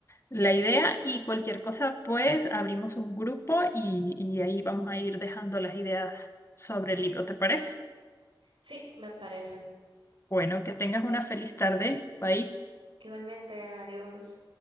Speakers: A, on the left; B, on the right.
A: la idea y cualquier cosa, pues abrimos un grupo y, y ahí vamos a ir dejando las ideas sobre el libro, ¿te parece?
B: Sí, me parece.
A: Bueno, que tengas una feliz tarde. Bye.
B: Igualmente, adiós.